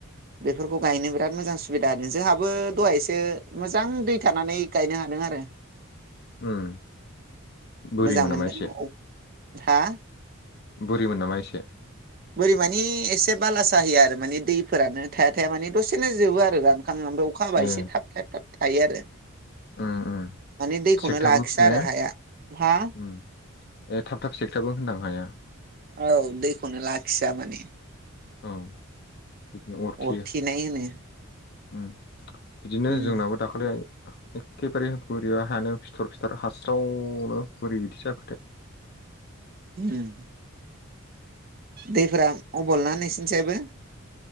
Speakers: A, on the right (about 40°); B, on the left (about 45°).
A: बेफोरखौ गायनो बिराद मोजां सुबिदा होदों जोंहाबो दहायसे मोजां दै थानानै गायनो हादों आरो
B: उम बोरिमोन
A: मोजां
B: नामा
A: मोनदों
B: एसे
A: हा
B: बुरिमोन नामा एसे
A: बोरै मानि एसे बाला स होया आरो माने दैफोरानो थाया थाया माने दसेनो जोबो आरो गाम अखाङो ओमफ्राय अखा हाबा
B: ए
A: एसे थाब थाब थाब थायो आरो
B: उम उम
A: माने दैखौनो
B: सेकथाबो
A: लाखिस
B: ने
A: आरो हाया हा
B: उम ए थाब थाब सेकथाबो होननां हाया
A: औ दैखौनो लाखिया माने
B: औ बिदिनो अरथेयो
A: अरथेनाय होनो
B: बिदिनो
A: उम
B: जोंनाबो दाखालि एखेबारे बोरैब हानो फिथर फिथर हास्रावनो बोरै बिदि जाखोथाय
A: ह दैफोरा अबलनानै नसिनसैाबो